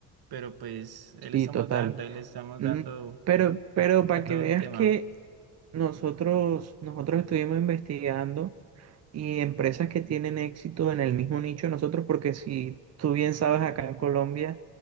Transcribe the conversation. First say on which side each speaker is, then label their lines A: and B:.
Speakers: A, on the right; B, on the right.
A: pero pues
B: sí,
A: ahí le estamos
B: total.
A: dando, ahí le estamos
B: Mm,
A: dando
B: Pero, pero para
A: a
B: que
A: todo
B: veas
A: el tema,
B: que nosotros, nosotros estuvimos investigando y empresas que tienen éxito en el mismo nicho de nosotros, porque si tú bien sabes, acá en Colombia